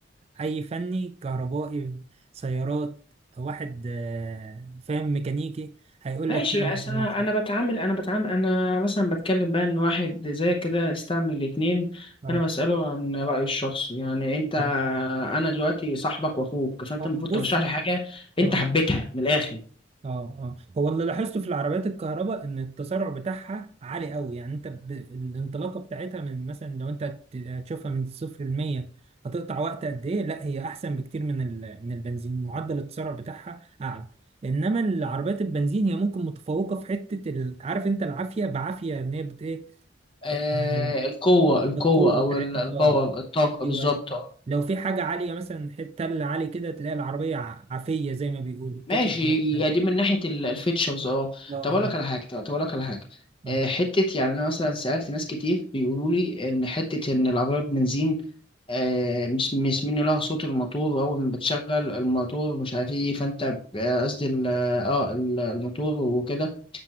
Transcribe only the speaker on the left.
ماشي
أصل
انا
انا بتعامل انا بتعامل انا مثلا بتكلم بقى ان واحد زي كده استعمل الاتنين
فانا بساله عن رايه الشخصي يعني انت
انا دلوقتي صاحبك واخوك فانت
المفروض
ترشح لي حاجه انت
حبيتها من الاخر
آه
القوه القوه
او
ال- الباور
الطاقه
بالظبط
ماشي
هي دي من ناحيه الفيتشرز اه
طب اقول لك على حاجه طب اقول لك على حاجه
آه، حته يعني انا مثلا سالت ناس كتير بيقولوا لي ان حته ان العربيه بنزين آه، مش مش من لها صوت الموتور واول ما بتشغل الموتور مش عارف ايه فانت ب- قصدي ال- اه ال- الموتور وكده